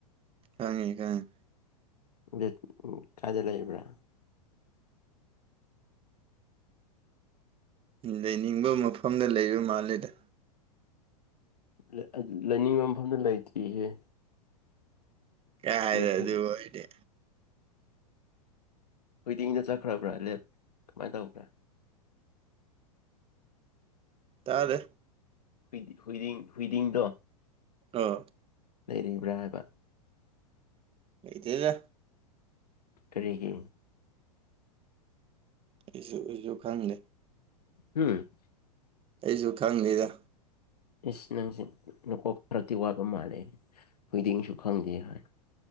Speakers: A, on the right; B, on the left.
A: ꯈꯪꯉꯦ ꯈꯪꯉꯦ
B: ꯕ‌ꯦꯠ ꯎꯝ ꯀꯥꯏꯗ ꯂꯩꯕ꯭ꯔꯥ
A: ꯂꯩꯅꯤꯡꯕ ꯃꯐꯝꯗ ꯂꯩꯔꯨ ꯃꯥꯜꯂꯦꯗ
B: ꯂ ꯑ ꯂꯩꯅꯤꯡꯕ ꯃꯐꯝꯗ ꯂꯩꯇ꯭ꯔꯤꯌ‌ꯦ
A: ꯑ ꯍꯥꯏꯗ
B: ꯐꯪ
A: ꯑꯗꯨ ꯍꯥꯏꯗꯤꯦ
B: ꯍꯨꯏꯗꯤꯡꯗ ꯆꯠꯈ꯭ꯔꯕ꯭ꯔꯥ ꯂꯦꯞ ꯀꯃꯥꯏꯅ ꯇꯧꯕ꯭ꯔꯥ
A: ꯇꯥꯔꯦ
B: ꯍꯨꯏꯗꯤ ꯍꯨꯏꯗꯤ ꯍꯨꯏꯗꯤꯡꯗꯣ
A: ꯑꯥ
B: ꯂꯩꯔꯤꯕ꯭ꯔꯥ ꯍꯥꯏꯕ
A: ꯑꯩꯇꯗ
B: ꯀꯔꯤꯒꯤ
A: ꯑꯩꯁꯨ ꯑꯩꯁꯨ ꯈꯪꯗꯦ
B: ꯎꯝ
A: ꯑꯩꯁꯨ ꯈꯪꯗꯦꯗ
B: ꯏꯁ ꯅꯪꯁꯦ ꯅꯀꯣꯛ ꯈꯔꯗꯤꯤ ꯋꯥꯕ ꯃꯥꯜꯂꯦ ꯍꯨꯏꯗꯤꯡꯁꯨ ꯈꯪꯗꯦ ꯍꯥꯏ